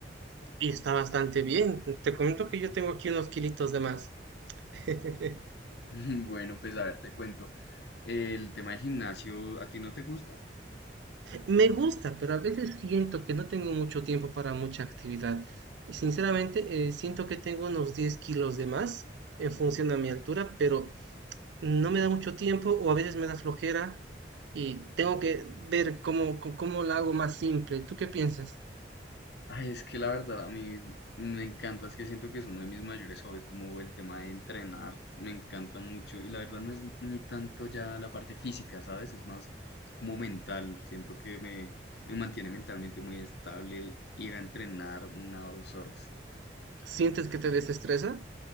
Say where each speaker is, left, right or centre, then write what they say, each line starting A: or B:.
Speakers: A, on the right; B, on the left.
A: Y está bastante bien. Te comento que yo tengo aquí unos kilitos de más. <laughs>
B: <laughs> Bueno, pues a ver, te cuento. El tema del gimnasio, ¿a ti no te gusta?
A: Me gusta, pero a veces siento que no tengo mucho tiempo para mucha actividad. Y sinceramente, eh, siento que tengo unos 10 kilos de más en función a mi altura, pero no me da mucho tiempo o a veces me da flojera y tengo que ver cómo, cómo cómo la hago más simple. ¿Tú qué piensas?
B: Ay, es que la verdad a mí me encanta, es que siento que es uno de mis mayores hobbies, como el tema de entrenar, me encanta mucho y la verdad no es ni tanto ya la parte física, ¿sabes? Es más como mental, siento que me, me mantiene mentalmente muy estable el ir a entrenar una o dos horas.
A: ¿Sientes que te desestresa?